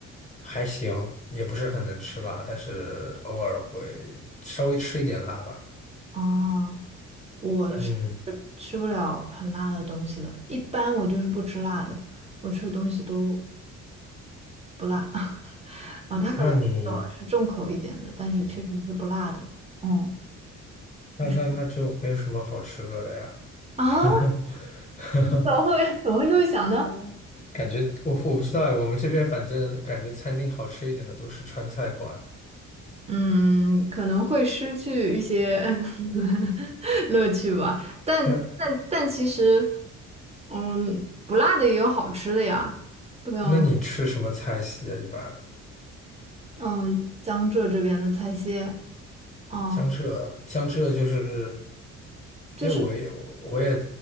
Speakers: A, on the left; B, on the right.
A: 还行，也不是很能吃辣，但是偶尔会稍微吃一点辣吧。
B: 啊，我是
A: 嗯。
B: 吃不了很辣的东西的，一般我就是不吃辣的，我吃的东西都不辣。<laughs> 啊，
A: 那你
B: 他可能呃是重口一点的，但是确实是不辣的。嗯，
A: 那那那就没有什么好吃的了呀。
B: 你说 <laughs> 啊，
A: <laughs>
B: 怎么会怎么会这么想呢？
A: 嗯，感觉我我不知道，我们这边反正感觉餐厅好吃一点的都是川菜馆。
B: 嗯，可能会失去一些 <laughs> 乐趣吧，但但但其实，
A: 那
B: 嗯，不辣的也有好吃的呀，对啊，
A: 那你吃什么菜系啊？一般
B: 嗯，江浙这边的菜系哦、
A: 江浙江浙就是，
B: 就是，
A: 因为我也我也